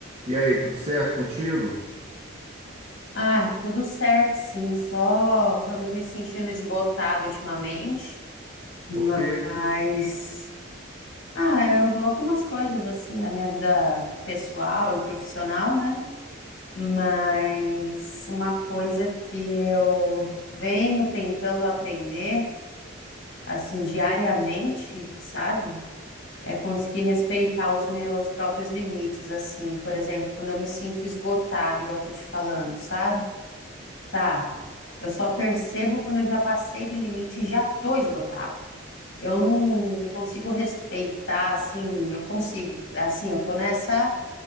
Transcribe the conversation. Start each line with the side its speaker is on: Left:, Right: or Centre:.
Right: E aí, tudo certo contigo?
Left: Ah, tudo certo, sim. Só ando me sentindo esgotado ultimamente, mas
Right: Porque
Left: ah, eu- algumas coisas assim da minha vida pessoal e profissional, né? Mas uma coisa que eu venho tentando aprender assim diariamente, sabe? É conseguir respeitar os meus próprios limites, assim, por exemplo, quando eu me sinto esgotado, igual eu tô te falando, sabe? Tá. Eu só percebo quando eu já passei do limite e já tô esgotada. Eu não consigo respeitar, assim, eu consigo, assim, eu tô nessa